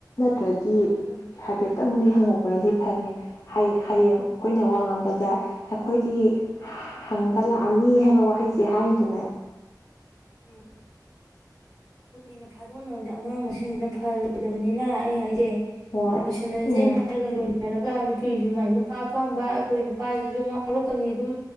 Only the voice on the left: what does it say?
ꯇ꯭ꯔꯗꯤ
ꯍꯥꯏꯐꯦꯠ ꯈꯤꯇꯪꯗꯤ ꯍꯪꯉꯛꯄꯅꯗꯤ ꯐꯅꯤ ꯍꯌꯦꯡ ꯍꯌꯦꯡ
ꯑꯩꯈꯣꯏꯅ ꯋꯥ ꯉꯥꯡꯕ ꯑꯩꯈꯣꯏꯗꯤ ꯍꯪꯕ ꯂꯥꯛꯑꯝꯃꯤ ꯍꯥꯏꯕ ꯋꯥꯍꯩ ꯁꯤ ꯍꯥꯏꯔꯤꯗꯅꯦ
ꯍꯣꯏ
ꯎꯝ